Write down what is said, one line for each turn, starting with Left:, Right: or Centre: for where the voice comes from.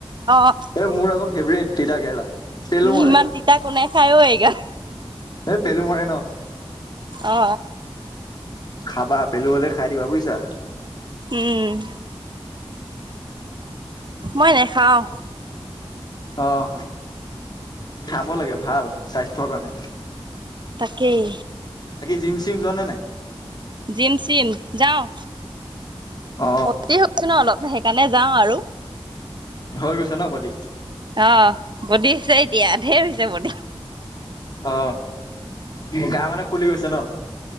Right: অ
Left: এই মোৰ আকৌ ফেভৰেট। তিতা কেৰেলা। পেলু মৰে
Right: ইমান তিতা কোনে খাই অ', এইগাল।
Left: এই পেলু মৰে ন?
Right: অ
Left: খাবা পেলু হ'লে, খাই দিবা বুইছা।
Right: উম। মই নেখাওঁ।
Left: অ', খাব লাগে ভাল, স্বাস্থ্যৰ কাৰণে।
Right: তাক কেই
Left: জিম, চিম যোৱা নে নাই?
Right: জিম চিম যাওঁ।
Left: অ
Right: <unintelligible> হৈছোঁ ন, অলপ? সেইকাৰণে যাওঁ আৰু।
Left: হৈ গৈছে ন, বডী
Right: অ', বডী <unintelligible> তিয়া ঢেৰ হৈছে ব
Left: অ গা মানে ফুলি গৈছে ন